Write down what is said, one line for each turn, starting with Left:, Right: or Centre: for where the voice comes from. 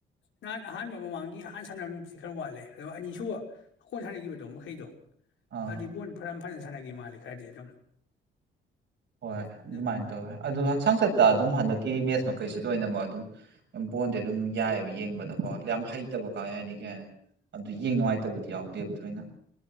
Left: ꯅꯍꯥꯟ ꯑꯍꯥꯟꯕ ꯃꯃꯥꯡꯒꯤ ꯑꯍꯥꯟ ꯁꯥꯟꯅꯕ ꯅꯨꯃꯤꯠꯇꯗꯤ ꯈꯔ ꯋꯥꯠꯂꯦ ꯑꯣ ꯑꯅꯤꯁꯨꯕ ꯑꯩꯀꯣꯟ ꯁꯥꯟꯅꯈꯤꯕꯗꯣ ꯃꯈꯩꯗꯣ
Right: ꯑꯥ
Left: ꯑꯗꯨꯗꯤ ꯕꯣꯟ ꯐꯔ ꯐꯖꯅ ꯁꯥꯟꯅꯈꯤ ꯃꯥꯂꯦ ꯈꯔꯗꯤ ꯑꯗꯨꯝ
Right: ꯍꯣꯏ ꯑꯗꯨꯃꯥꯏꯅ
Left: ꯑꯗꯩ
Right: ꯇꯧꯋꯦ ꯑꯗꯣ ꯁꯪꯆꯠꯇ ꯑꯗꯨꯝ ꯍꯟꯗꯛꯀꯤ ꯃꯦꯠꯁ ꯃꯈꯩꯁꯤ ꯂꯣꯏꯅꯃꯛ ꯑꯗꯨꯝ ꯕꯣꯟꯗꯤ ꯑꯗꯨꯝ ꯌꯥꯏꯑꯕ ꯌꯦꯡꯕꯗꯀꯣ ꯌꯥꯝ ꯍꯩꯇꯕ ꯀꯥꯟ ꯍꯥꯏꯗꯤ ꯀꯩ ꯍꯥꯏꯅꯤ ꯑꯗꯨ ꯌꯦꯡ ꯅꯨꯡꯉꯥꯏꯇꯕꯗꯤ ꯌꯥꯎꯗꯦꯕ ꯊꯣꯏꯅ